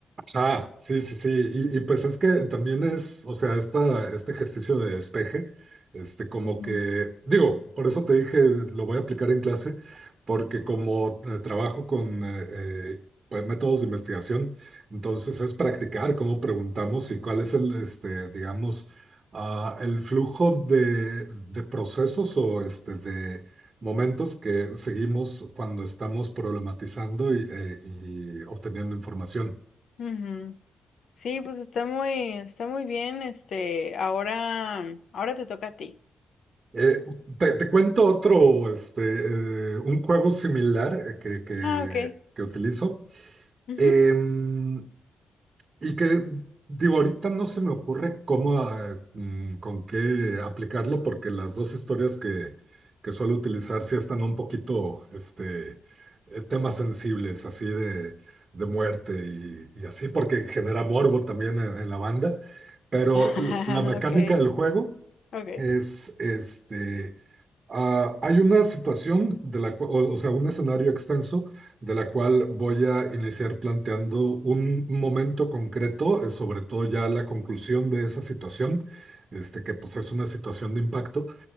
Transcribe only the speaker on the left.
Ujú,
ujú. Sí, pues está muy, está muy bien, este, ahora, ahora te toca a ti.
Ah, ok.
Ujú.
<laughs>
Ok,
ok.